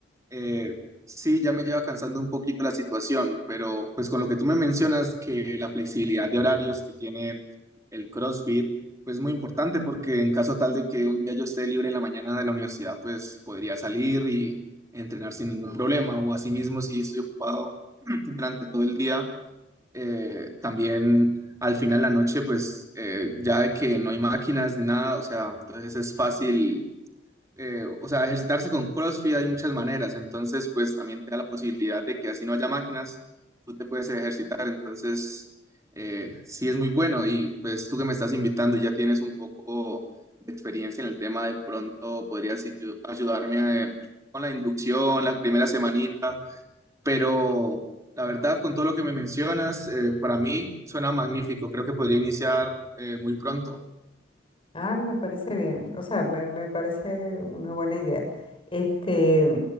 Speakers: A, on the right; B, on the left.
A: eh, Sí, ya me lleva cansando un poquito la situación, pero pues con lo que tú me mencionas, que la flexibilidad de horarios que tiene el CrossFit, pues es muy importante porque en caso tal de que un día yo esté libre en la mañana de la universidad, pues podría salir y entrenar sin ningún problema, o asimismo si estoy ocupado <clears throat> durante todo el día, eh, también al final de la noche, pues eh, ya que no hay máquinas ni nada, o sea, entonces es fácil eh, o sea, ejercitarse con CrossFit hay muchas maneras, entonces pues también te da la posibilidad de que así no haya máquinas, tú te puedes ejercitar, entonces eh, sí es muy bueno y pues tú que me estás invitando ya tienes un poco de experiencia en el tema, de pronto podrías ayu- ayudarme eh, con la inducción, las primeras semanitas, pero la verdad con todo lo que me mencionas, eh, para mí suena magnífico, creo que podría iniciar eh, muy pronto.
B: Ah, me parece bien. O sea, me, me parece una buena idea. Este,